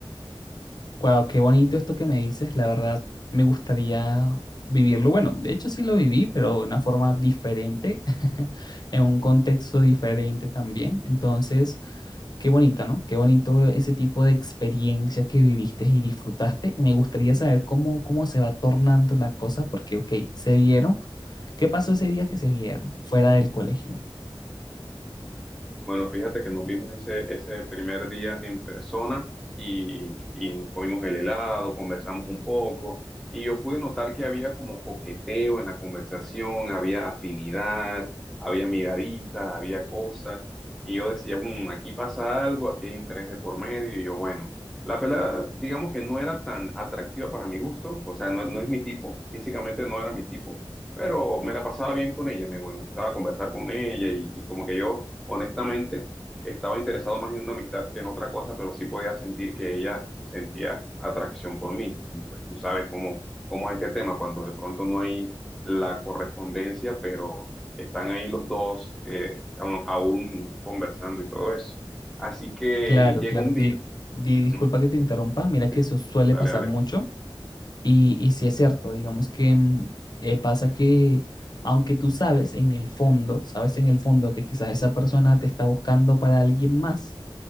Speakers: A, on the left; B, in the centre.
A: Wow, qué bonito esto que me dices. La verdad, me gustaría vivirlo. Bueno, de hecho sí lo viví, pero de una forma diferente, <laughs> en un contexto diferente también. Entonces, qué bonita, ¿no? Qué bonito ese tipo de experiencia que viviste y disfrutaste. Y me gustaría saber cómo, cómo se va tornando la cosa, porque, ok, se vieron. ¿Qué pasó ese día que se vieron fuera del colegio?
B: Bueno, fíjate que nos vimos ese, ese primer día en persona y, y nos comimos el helado, conversamos un poco y yo pude notar que había como coqueteo en la conversación, había afinidad, había miradita, había cosas y yo decía, "Mm, aquí pasa algo, aquí hay interés de por medio y yo, bueno, la pelada digamos que no era tan atractiva para mi gusto, o sea, no, no es mi tipo, físicamente no era mi tipo, pero me la pasaba bien con ella, me gustaba conversar con ella y y como que yo... Honestamente, estaba interesado más en una amistad que en otra cosa, pero sí podía sentir que ella sentía atracción por mí. Y pues tú sabes cómo, cómo es este tema, cuando de pronto no hay la correspondencia, pero están ahí los dos eh, aún aún conversando y todo eso. Así que
A: Claro,
B: llegó
A: claro.
B: un
A: Di-
B: día.
A: di-
B: Ujú,
A: disculpa que te interrumpa. Mira
B: Sí, sí.
A: que eso suele
B: Dale,
A: pasar
B: dale.
A: mucho. Y, y sí es cierto, digamos que mm, eh, pasa que aunque tú sabes en el fondo, sabes en el fondo que quizás esa persona te está buscando para alguien más